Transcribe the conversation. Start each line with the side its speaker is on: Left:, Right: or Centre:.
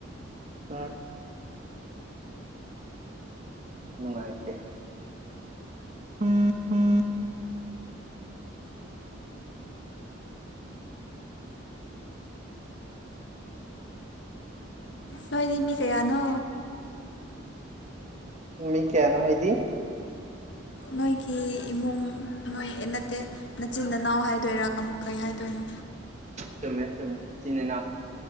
Right: ꯎꯝ ꯅꯨꯡꯉꯥꯏꯇꯦ <unintelligible>
Left: ꯅꯣꯏꯗꯤ ꯃꯤ ꯀꯌꯥꯅꯣ
Right: ꯃꯤ ꯀꯩꯅꯣ ꯍꯥꯏꯗꯤ
Left: ꯅꯣꯏꯒꯤ ꯏꯃꯨꯡ ꯅꯣꯏ ꯅꯠꯇꯦ ꯅꯆꯤꯟ ꯅꯅꯥꯎ ꯍꯥꯏꯗꯣꯏꯔ ꯀꯩ ꯍꯥꯏꯗꯣꯏꯅꯣ
Right: ꯆꯨꯝꯃꯦ ꯆꯨꯝꯃꯦ ꯏꯆꯤꯟꯏꯅꯥꯎ